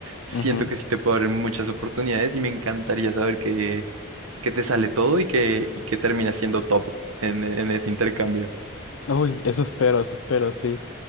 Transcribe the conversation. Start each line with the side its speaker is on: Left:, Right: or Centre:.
Right: Siento
Left: Ujú.
Right: que sí te puedo abrir muchas oportunidades y me encantaría saber que, que te sale todo y que, y que terminas siendo top en, en ese intercambio.
Left: Uy, eso espero, eso espero, sí.